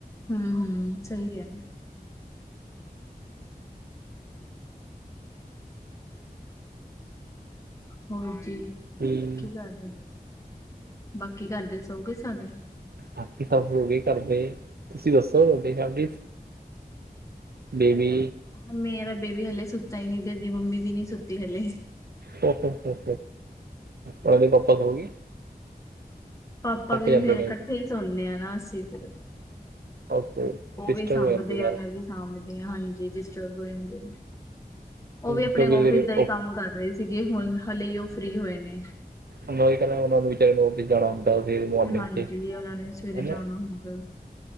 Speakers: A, on the left (about 20°); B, on the right (about 75°).
A: ਹੂ ਹੂ ਸਹੀ ਹੈ ਜੀ। ਹੋਰ ਜੀ,
B: ਬਾਕੀ
A: ਕੀ ਕਰ ਬਾਕੀ ਘਰ ਦੇ ਸੋ ਗੇ ਸਾਰੇ।
B: ਬਾਕੀ ਸਭ ਸੋ ਗਏ ਘਰ ਦੇ। ਤੁਸੀਂ ਦੱਸੋ, ਬਿਗ ਆਟੀ, ਬੇਬੀ।
A: ਮੇਰਾ ਬੇਬੀ ਹਾਲੇ ਸੁੱਤਾ ਹੀ ਨੀ, ਤੇੇ ਏਦੀ ਮੰਮੀ ਵੀ ਨੀ ਸੁੱਤੀ ਹਾਲੇ।
B: ਹੋ-ਹੋ-ਹੋ, ਰਾਣੀ, ਪਾਪਾ ਸੋ ਗਈ।
A: ਪਾਪਾ ਵੀ
B: ਜਾਂਦੇ
A: ਫੇਰ,
B: ਨੇ
A: ਇਕੱਠੇ ਹੀ ਸੌਨੇ ਹਾਂ ਨਾ ਅਸੀਂ, ਫਿਰ।
B: ਓਕੇ
A: ਉਹ
B: ਡਿਸਟਰਬ
A: ਵੀ ਸਾਂਭਦੇ
B: ਹੋ ਜਾਂਦੇ
A: ਆ,
B: ਯਾਰ
A: ਮੈਂ ਵੀ ਸਾਂਭਦੀ ਹਾਂ, ਹਾਂਜੀ ਡਿਸਟਰਬ ਹੋ ਜਾਂਦੇ। ਉਹ
B: ਕਿਉਂਕਿ
A: ਵੀ ਆਪਣੇ
B: ਸਵੇਰੇ
A: ਆਫਿਸ ਦਾ ਹੀ ਕੰਮ ਕਰ ਰਹੇ ਸੀਗੇ, ਹੁਣ ਹਾਲੇ ਉਹ ਫ੍ਰੀ ਹੋਏ ਨੇ।
B: ਮੈਂ ਵੀ ਕਹਦਾ, ਉਹਨਾਂ ਨੂੰ ਵੀ ਆਫਿਸ ਜਾਣਾ। ਸਵੇਰੇ ਮਾਰਨਿੰਗ
A: ਹਾਂਜੀ,
B: 'ਚ ਹੈ
A: ਉਹਨਾਂ ਨੇ ਸਵੇਰੇ ਜਾਣਾ
B: ਨਾ
A: ਹੁੰਦਾ।